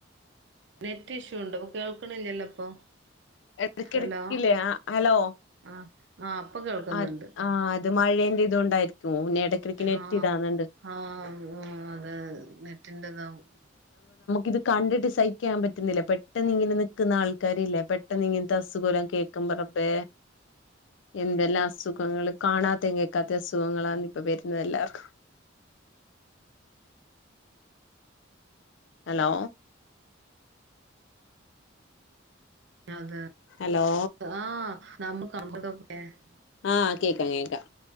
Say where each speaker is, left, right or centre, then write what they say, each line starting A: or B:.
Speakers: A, on the right; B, on the left.
A: നെറ്റ് ഇഷ്യൂ ഉണ്ടോ? ഇപ്പൊ കേൾക്കണില്ലല്ലോ ഇപ്പൊ.
B: എടക്കെടക്കില്ലേ
A: ഹലോ
B: ആഹ് ഹലോ
A: ആഹ് ആഹ് ഇപ്പൊ കേൾക്കുന്നുണ്ട്
B: അത് ആഹ് അത് മഴേന്റെ ഇതോണ്ടായിരിക്കും പിന്നെ എടക്കെടക്ക് നെറ്റ്
A: ആഹ്
B: ഇതാകുന്നുണ്ട്.
A: ആഹ് അതെ അതെ നെറ്റിന്റെതാവും.
B: ഇത് കണ്ടിട്ട് സഹിക്കാൻ പറ്റുന്നില്ല. പെട്ടെന്ന് ഇങ്ങനെ നിക്കുന്ന ആൾക്കാരില്ലേ പെട്ടെന്ന് ഇങ്ങനത്തെ അസുഖെല്ലാം കേൾക്കു ക്കുമ്പോ റബ്ബേ. എന്തെല്ലാം അസുഖങ്ങള് കാണാത്തേം കേക്കാത്തേം അസുഖങ്ങളാണ് ഇപ്പൊ വര് ന്നതെല്ലാർക്കും ഹലോ
A: അതെ
B: ഹലോ
A: ആഹ് <unintelligible>
B: ആഹ് കേക്കാം കേക്കാം